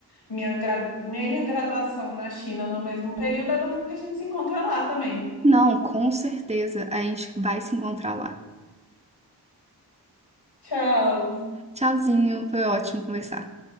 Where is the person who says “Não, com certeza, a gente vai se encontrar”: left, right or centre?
Right